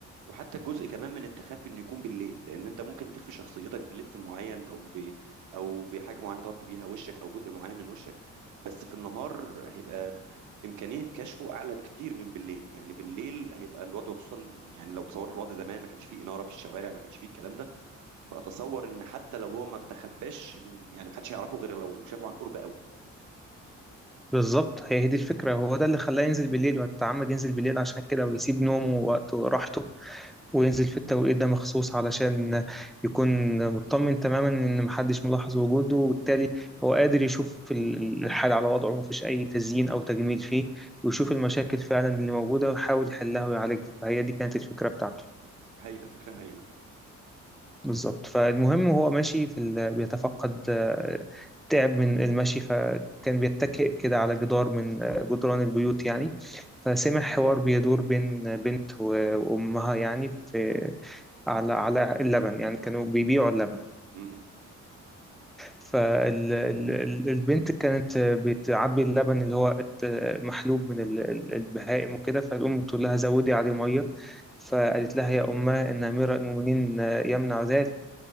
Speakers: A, on the right (about 75°); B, in the centre.
A: وحتى جزء كمان من التخفي انه يكون بالليل لان انت ممكن تخفي شخصيتك بلبس معين او ب... او بحاجه معينه تغطي بيها وشك او جزء معين من وشك بس في النهار هيبقى امكانيه كشفه اعلى بكتير من بالليل يعني بالليل هيبقى الوضع خصوصا يعني لو تصورنا الوضع زمان ما كانش فيه اناره في الشوارع ما كانش فيه الكلام ده فاتصور ان حتى لو هو ما تخفاش يعني ما حدش هيعرفه غير لو شافه عن قرب قوي
B: بالظبط هي هي دي الفكرة هو ده اللي خلاه ينزل بالليل ويتعمد ينزل بالليل عشان كده ويسيب نومه ووقته وراحته وينزل في التوقيت ده مخصوص علشان يكون مطمن تماما إن محدش ملاحظ وجوده وبالتالي هو قادر يشوف ال- الحال على وضعه مفيش أي تزيين أو تجميل فيه ويشوف المشاكل فعلا اللي موجودة ويحاول يحلها ويعالجها فهي دي كانت الفكرة بتاعته
A: هايلة فكرة هايلة
B: بالظبط فالمهم هو ماشي في ال... بيتفقد آه، تعب من المشي فكان بيتكئ كده على جدار من آه، جدران البيوت يعني فسمع حوار بيدور بين آه، بنت و- وأمها يعني في على على اللبن يعني كانوا بيبيعوا اللبن
A: م-م.
B: فالبنت كانت آه، بتعبي اللبن اللي هو ات- آه، محلوب من ال- ال- البهائم وكده فالأم بتقول لها زودي عليه مية فقالت لها يا أمه إن أمير المؤمنين آه، يمنع ذلك